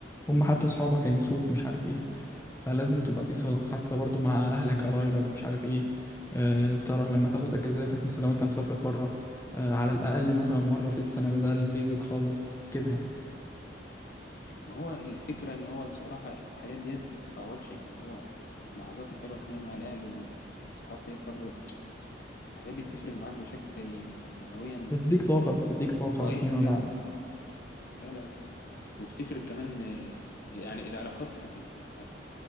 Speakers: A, on the left; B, on the left.
A: هم حتى اصحابك هينسوك مش عارف ايه فلازم تبقى في صلة حتى برضو مع اهلك قرايبك مش عارف ايه آه انت راه لما تاخد اجازاتك مثلا لو انت مسافر بره آه على الاقل مثلا مرة في السنة ده ده البيزك خالص كده يعني
B: ما هو الفكره ان هو بصراحه الحاجات ديت ما تتعوضش يعني هو اللحظات الحلوه كمان مع الاهل والاصحاب ديت برضو الحاجات دي بتفرق معاك بشكل معنويا
A: بتديك طاقة بتديك طاقة
B: رهيب
A: فيما
B: لا
A: بعد
B: لا لا لا وبتفرق كمان آه، يعني العلاقات بت... هت...